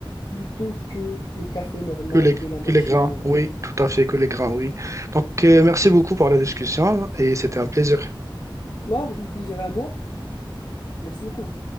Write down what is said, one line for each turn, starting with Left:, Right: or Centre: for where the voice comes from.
Left: plutôt que le café normal
Right: que les, que
Left: de la machine.
Right: les grains, oui, tout à fait, que les grains, oui. Donc euh, merci beaucoup pour la discussion et c'était un plaisir.
Left: Moi, le plaisir est à moi. Merci beaucoup.